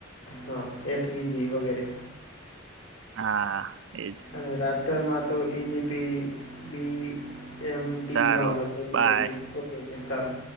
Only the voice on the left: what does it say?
હા એસવીજી વગેરે
અને રાષ્ટર માં તો ઈજપી બી એમપી
હ લગભગ
બી એમપી ઓકે ઓ એ સારું